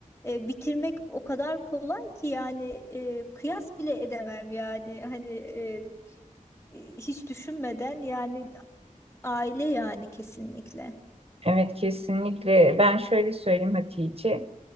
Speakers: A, on the left; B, on the right.
A: e, bitirmek o kadar kolay ki yani e, kıyas bile edemem yani hani e, e, hiç düşünmeden yani aile yani kesinlikle.
B: Evet kesinlikle. Ben şöyle söyleyeyim Hatice.